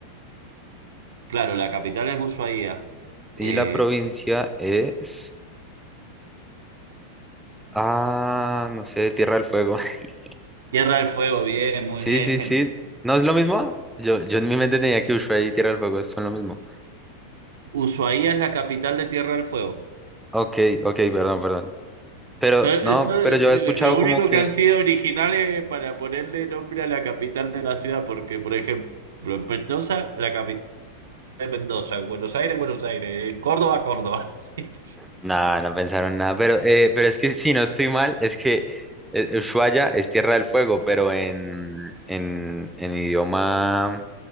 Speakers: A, on the right; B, in the centre.
A: Claro, la capital es Ushuaia. Eh,
B: Y la provincia es. Ah, no sé, Tierra del Fuego. <laughs>
A: Tierra del Fuego, bien, muy
B: Sí,
A: bien.
B: sí, sí. ¿No es lo mismo? Yo, yo en mi mente tenía que Ushuaia y Tierra del Fuego son lo mismo.
A: Ushuaia es la capital de Tierra del Fuego.
B: Ok, ok, perdón, perdón. Pero
A: Son,
B: no,
A: son
B: pero yo
A: lo
B: he escuchado
A: lo
B: como
A: único
B: que.
A: que han sido originales para ponerle nombre a la capital de la ciudad, porque, por ejemplo, en Mendoza, la capital es Mendoza, en Buenos Aires, Buenos Aires, en Córdoba, Córdoba. <laughs>
B: No, no pensaron nada, pero, eh, pero es que si no estoy mal, es que eh, Ushuaia es Tierra del Fuego, pero en, en, en idioma